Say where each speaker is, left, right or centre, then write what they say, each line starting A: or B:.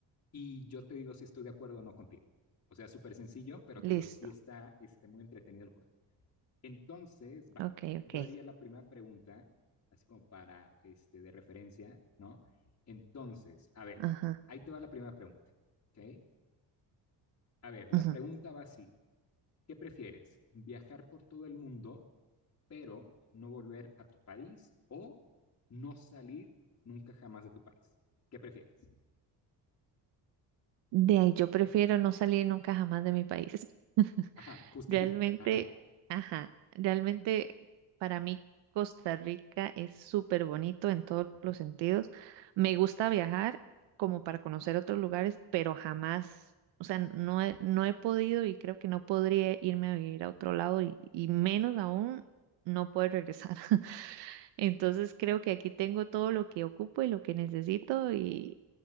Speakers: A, on the left; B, on the right.
A: y yo te digo si estoy de acuerdo o no contigo. O sea, súper sencillo, pero te
B: listo.
A: digo, sí está, este, muy entretenido el juego. Entonces, va,
B: Ok, ok.
A: yo haría la primera pregunta, así como para, este, de referencia, ¿no? Entonces, a ver,
B: Ajá,
A: ahí te va la primera pregunta, ¿ok? A ver, la
B: ujú.
A: pregunta va así, ¿qué prefieres? ¿Viajar por todo el mundo, pero no volver a tu país o no salir nunca jamás de tu país? ¿Qué prefieres?
B: De ahí yo prefiero no salir nunca jamás de mi país.
A: Ajá,
B: <laughs>
A: justifique,
B: Realmente,
A: ajá,
B: ajá, realmente para mí Costa Rica es súper bonito en todos
A: ajá,
B: los sentidos. Me gusta viajar como para conocer otros lugares, pero jamás, o sea, no he, no he podido y creo que no podría irme a vivir a otro lado y, y menos aún no poder regresar. <laughs> Entonces creo que aquí tengo todo lo que ocupo y lo que necesito y,